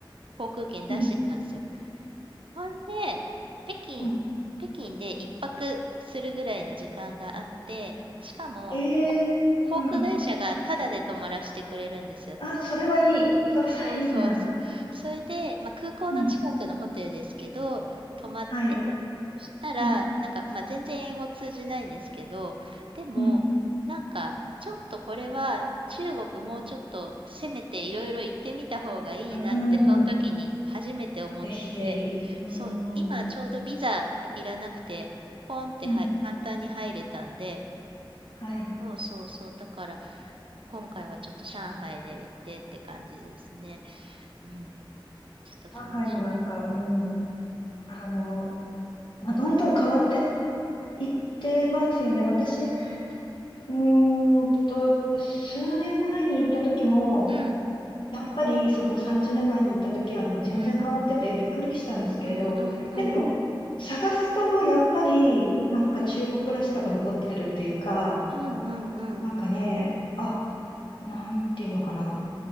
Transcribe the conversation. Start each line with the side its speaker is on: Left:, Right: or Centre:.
Right: 航空券出してたんですよ。
Left: うん、
Right: ほんで、北京、
Left: うん。
Right: 北京で一泊するぐらいの時間があって、しかも、
Left: ええうん。
Right: お航空会社がタダで泊まらせてくれるんですよ。
Left: あ、それはいい。それはいいな。
Right: そうそうそう。それで、まあ、空港の近くのホテルですけど、
Left: うん、
Right: 泊まって、
Left: はい。
Right: そしたら、
Left: うん、
Right: なんか、まあ、全然英語通じないんですけど、でも、
Left: うん、
Right: なんか、ちょっとこれは中国もうちょっと攻めていろいろ行ってみた方がいいなって、
Left: う
Right: その時に初めて思って、
Left: ん。ぜひぜひ。うん、
Right: そう、今ちょうどビザいらなくて、ポンっては簡単に入れたんで、
Left: うん、はい。
Right: そうそうそう、だから、今回はちょっと上海で行ってって感じですね。うんちょっと楽しみ。
Left: 上海もなんか、うん、
Right: うん。
Left: あの、まあ、どんどん変わっていってますよね。
Right: うん、
Left: 私、
Right: うん、
Left: うーんと、数年前に行った時も、
Right: うん、
Left: やっぱりその30年前に行った時はもう全然変わっててびっくりしたんですけれど、
Right: うん、うん、うん、うん、
Left: でも探すとやっぱりなんか中国らしさが残ってるっていうか、
Right: うん、うん、うんうんうんうんうんうんうんうん
Left: なんかね、あ、なんていうのかな。